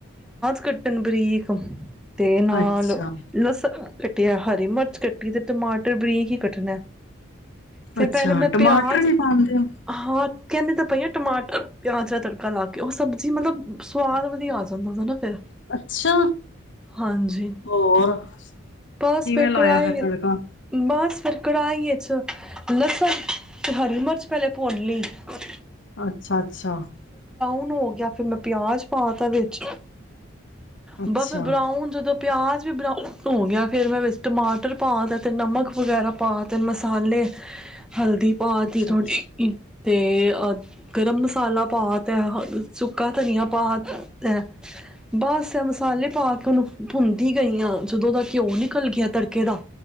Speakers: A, in the centre; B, on the left (about 60°).
A: ਕੱਟਨ ਬਰੀਕ ਤੇ ਨਾਲ
B: ਅੱਛਾ
A: ਲਸ ਕੱਟਿਆ, ਹਰੀ ਮਿਰਚ ਕੱਟੀ ਤੇ ਟਮਾਟਰ ਬਰੀਕ ਕੱਟਨਾ ਐ, ਫਿਰ
B: ਅੱਛਾ
A: ਪਹਿਲੇ ਮੈਂ
B: ਟਮਾਟਰ
A: ਪਿਆਜ਼
B: ਵੀ ਪਾਉਂਦੇ ਹੋ
A: ਹਾਂ ਕਹਿੰਦੀ ਤਾਂ ਪਈ ਆ, ਟਮਾਟਰ ਪਿਆਜ ਦਾ ਤੜਕਾ ਲਾ ਕੇ ਉਹ ਸਬਜ਼ੀ ਮਤਲਬ ਸਵਾ ਆ ਜਾਂਦਾ ਸੀ ਨਾ ਫਿਰ,
B: ਅੱਛਾ
A: ਹਾਂਜੀ
B: ਹੋਰ
A: ਬਸ
B: ਕਿਵੇਂ
A: ਫਿਰ
B: ਲਾਇਆ
A: ਕੜਾਾਈ
B: ਤੜਕਾ?
A: ਬਸ ਫਿਰ ਕੜਾਹੀ 'ਚ ਲਸਨ ਤੇ ਹਰੀ ਮਿਰਚ ਪਹਿਲੇ ਭੁਨ ਲਈ। <unintelligible>
B: ਅੱਛਾ-ਅੱਛਾ।
A: ਨ ਹੋ ਗਿਆ ਫਿਰ ਮੈਂ ਪਿਆਜ ਪਾ ਤਾ ਵਿੱਚ
B: ਅੱਛਾ
A: ਬਫ਼ ਫੇਰ ਬਰਾਉਨ ਜਦੋਂ ਪਿਆਜ਼ ਵੀ ਬ੍ਰਾਊਨ ਹੋ ਗਿਆ ਫਿਰ ਮੈਂ ਵਿੱਚ ਟਮਾਟਰ ਪਾ ਤੇ, ਤੇ ਨਮਕ ਵਗੈਰਾ ਪਾ ਤੇ ਮਸਾਲੇ ਹਲਦੀ ਪਾਤੀ
B: ਅੱਛਾ
A: ਥੋੜ੍ਹੀ
B: ਅੱਛਾ
A: ਤੇ ਅ ਗਰਮ ਮਸਾਲਾ ਪਾ ਤਾ, <unintelligible> ਸੁੱਕਾ ਧਨੀਆ ਪਾ ਤਾ ਤੈ, ਬਸ ਇਹ ਮਸਾਲੇ ਪਾ ਕੇ ਉਹਨੂੰ ਭੁੰਦੀ ਗਈ ਆਂ, ਜਦੋਂ ਓਹਦਾ ਘਿਓ ਨਿਕਲ ਗਿਆ ਤੜਕੇ ਦਾ,